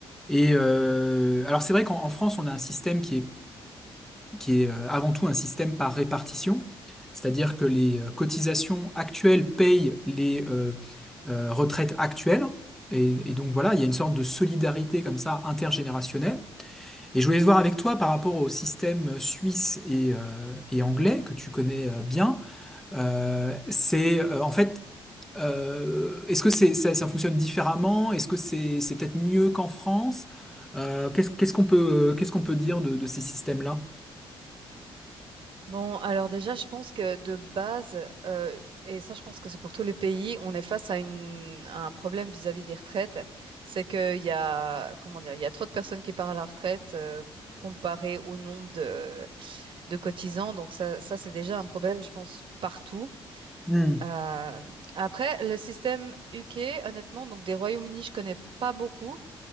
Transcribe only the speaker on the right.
Bon, alors déjà, je pense que de base, euh, et ça, je pense que c'est pour tous les pays, on est face à, une, à un problème vis-à-vis des retraites. C'est qu'il y a, comment dire, il y a trop de personnes qui partent à la retraite euh, comparé au nombre de, de cotisants. Donc ça, ça c'est déjà un problème, je pense, partout.
Euh, après, le système UK, honnêtement, donc des Royaumes-Unis, je connais pas beaucoup.